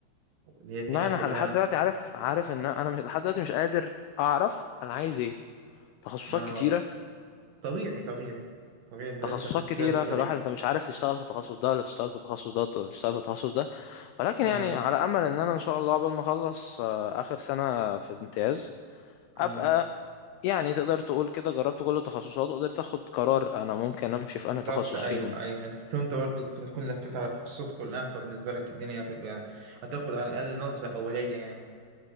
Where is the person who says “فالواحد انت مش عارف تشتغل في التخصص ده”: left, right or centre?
Left